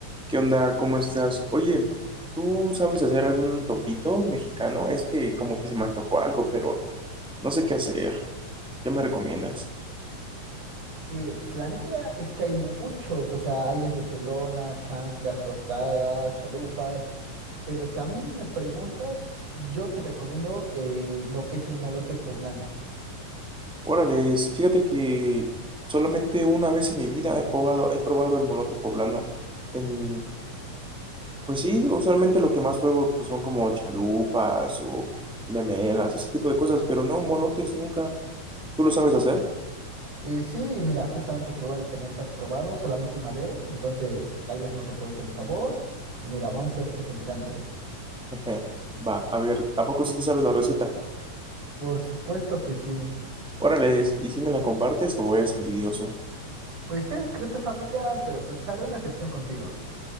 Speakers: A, in the centre; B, on the right.
A: ¿Qué onda? ¿Cómo estás? Oye, ¿tú sabes hacer algún antojito mexicano? Es que como que se me antojó algo, pero no sé qué hacer. ¿Qué me recomiendas?
B: Eh, pues la neta es que hay muchos, o sea, hay desde pelonas, chanclas, tostadas, chalupas, pero si a mí me preguntas, yo te recomiendo el- lo que es el molote poblano.
A: Órale, fíjate que solamente una vez en mi vida he probado, he probado el molote poblano. En, pues sí, usualmente lo que más pruebo pues, son como chalupas o memelas, ese tipo de cosas, pero no, molotes nunca. ¿Tú lo sabes hacer?
B: Eh, sí, mira, justamente qué bueno que no lo has probado solamente una vez, entonces tal vez no recuerdes el sabor, y mira, vamos a ver que te encanten.
A: <laughs> Va, a ver, ¿a poco sí te sabes la receta?
B: Por supuesto que sí.
A: Órale, ¿y si me la compartes o eres envidioso?
B: Pues es secreto familiar, pero pues haré una excepción contigo.